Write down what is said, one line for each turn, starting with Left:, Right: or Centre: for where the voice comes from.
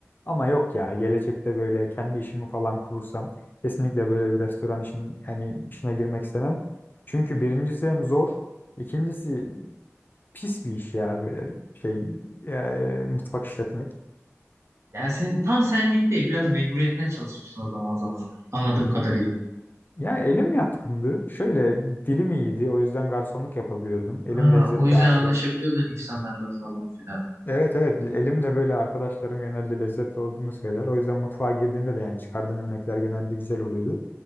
Left: Ama yok ya gelecekte böyle kendi işimi falan kurursam kesinlikle böyle bir restoran işin hani işine girmek istemem. Çünkü birincisi hem zor, ikincisi pis bir iş ya böyle şey e, mutfak işletmek.
Right: Yani senin tam senlik değil, biraz mecburiyetten çalışmışsın o zaman o zamanlar. Anladığım kadarıyla.
Left: Ya elim yatkındı. Şöyle dilim iyiydi. O yüzden garsonluk yapabiliyordum. Elim
Right: Ha,
Left: lezzetli
Right: o yüzden
Left: arkadaş.
Right: anlaşabiliyordun insanlarla falan filan.
Left: Evet evet elim de böyle arkadaşlarım genelde lezzetli olduğunu söyler. O yüzden mutfağa girdiğimde de yani çıkardığım yemekler genelde güzel oluyordu.